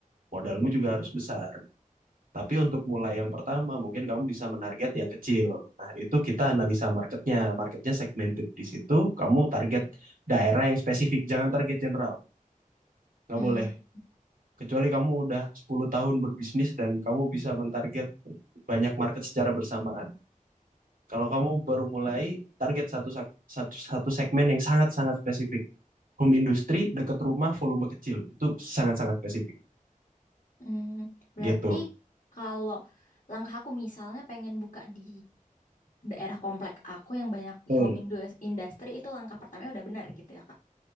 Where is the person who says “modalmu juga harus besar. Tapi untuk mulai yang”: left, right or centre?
Right